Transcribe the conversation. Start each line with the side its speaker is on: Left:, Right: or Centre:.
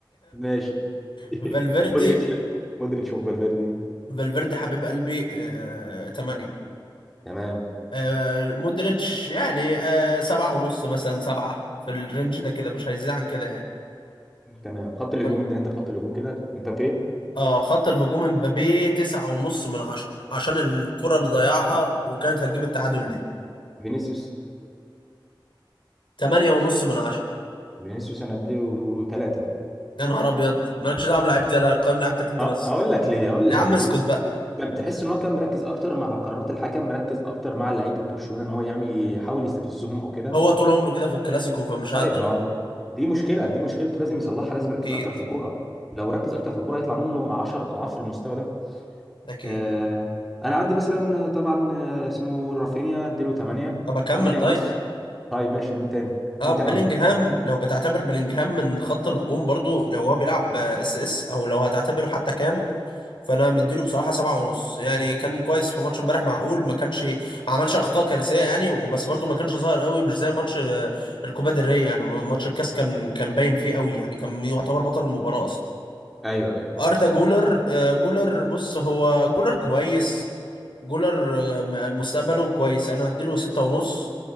Centre: ماشي <laughs>
Left: <laughs> فالفيردي
Centre: مودريتش مودريتش وفالفيردي
Left: فالفيردي حبيب قلبي آه، تمانية
Centre: تمام
Left: آه، مودريتش يعني آه، سبعة ونص مثلا سبعة في الرينج ده كده مش هيزيد عن كده يعني
Centre: تمام خط الهجوم
Left: <laughs>
Centre: ابدا انت بخط الهجوم كده مبابي
Left: اه خط الهجوم امبابي تسعة ونص من عشرة عشان الكرة اللي ضيعها وكانت هتجيب التعادل دي
Centre: فينيسيوس
Left: تمانية ونص من عشرة
Centre: فينيسيوس انا اديله ثلاثة
Left: يا نهار ابيض مالكش دعوه بلعيبتي انا قيم لعيبتك انت
Centre: ه-
Left: بس
Centre: هقول لك ليه هقول
Left: يا
Centre: لك
Left: عم
Centre: ليه
Left: اسكت
Centre: فينيسيوس
Left: بقى
Centre: كان تحس ان هو كان مركز اكتر مع قرارات الحكم مركز اكتر مع لعيبه برشلونه ان هو يعمل يحاول يستفزهم او كده
Left: هو طول عمره كده في الكلاسيكو فمش
Centre: طيب
Left: هقدر
Centre: ما دي مشكله دي مشكلته لازم يصلحها لازم يركز
Left: اكيد
Centre: اكتر في الكوره لو ركز اكتر في الكوره هيطلع منه 10 اضعاف المستوى ده
Left: اكيد
Centre: آه، انا عندي مثلا آه، طبعا آه، اسمه رافينيا اديله 8
Left: طب اكمل
Centre: 8
Left: طيب
Centre: ونص طيب ماشي مين تاني
Left: اه
Centre: مين
Left: بيلينجهام
Centre: تاني عندك
Left: لو بتعتبر بيلينجهام من خط الهجوم برضو لو هو بيلعب اس اس او لو هتعتبره حتى كام فانا مديله بصراحه سبعة ونص يعني كان كويس في ماتش امبارح معقول ما كانش ما عملش اخطاء كارثيه يعني وبس برضو ما كانش ظاهر قوي مش زي ماتش آه، الكوبا ديل ري يعني ماتش الكاس كان كان باين فيه قوي يعني كان يعتبر بطل المباراه اصلا
Centre: ايوه ايوه
Left: اردا جولر آه، جولر بص هو جولر كويس جولر آه، م- مستقبله كويس انا اديله ستة ونص